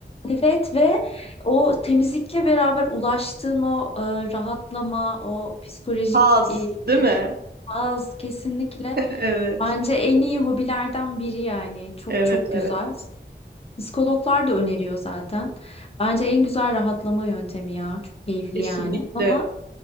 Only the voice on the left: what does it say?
Evet ve o temizlikle beraber ulaştığın o e, rahatlama, o psikolojik
e, eriş-
haz kesinlikle
bence en iyi hobilerden biri yani. Çok
çok
güzel. Psikologlar da öneriyor zaten. Bence en güzel rahatlama yöntemi ya. Çok keyifli
yani. Ama